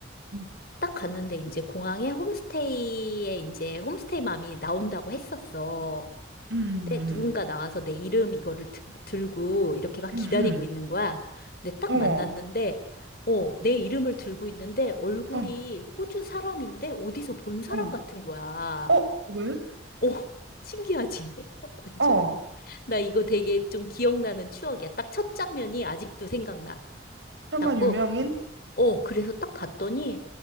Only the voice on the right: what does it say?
음,
음,
음,
음,
음, 음.
어머,
어,
어,
어, 왜?
어, 어.
설마
유명인?